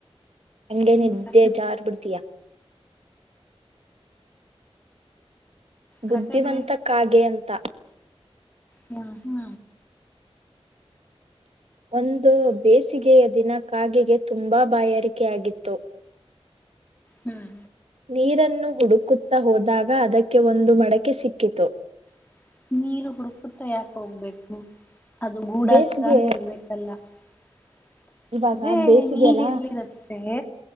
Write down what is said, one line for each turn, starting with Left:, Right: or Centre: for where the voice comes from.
Right: ಹಂಗೆ
Left: ನೀನ್
Right: ನಿದ್ದೆ
Left: ಕತೆ
Right: ಜಾರ್ ಬಿಡ್ತೀಯಾ ಬುದ್ಧಿವಂತ
Left: ಕತೆ ಬೇರೆ
Right: ಕಾಗೆ ಅಂತ
Left: ಹಾ ಹ್ಮ
Right: ಒಂದು ಬೇಸಿಗೆಯ ದಿನ ಕಾಗೆಗೆ ತುಂಬಾ ಬಾಯಾರಕೆಯಾಗಿತ್ತು
Left: ಹ್ಮ್.
Right: ನೀರನ್ನು ಹುಡುಕುತ್ತಾ ಹೋದಾಗ ಅದಕ್ಕೆ ಒಂದು ಮಡಕೆ ಸಿಕ್ಕಿತು.
Left: <inaudible>
Right: ಬೇಸಿಗೆ ಇವಾಗ
Left: ಇಗೆ
Right: ಬೇಸಿಗೆ
Left: ನೀರ್
Right: ಅಲ್ಲಾ
Left: ಎಲ್ಲಿರುತ್ತೆ.